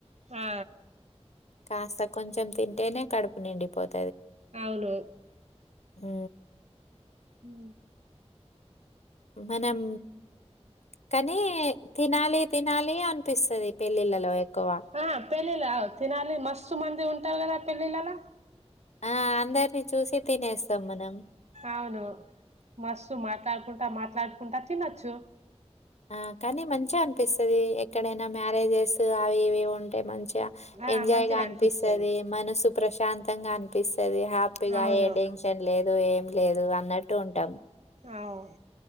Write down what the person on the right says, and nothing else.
ఆ
అవును
ఉ
ఆ పెళ్లిల తినాలి మస్తు మంది ఉంటావు కదా పెళ్లిలలా
అవును మస్తు మాట్లాడుకుంటా మాట్లాడుకుంటా తినొచ్చు
ఆ
మంచిగా
అనిపిస్తది
అవును
అవు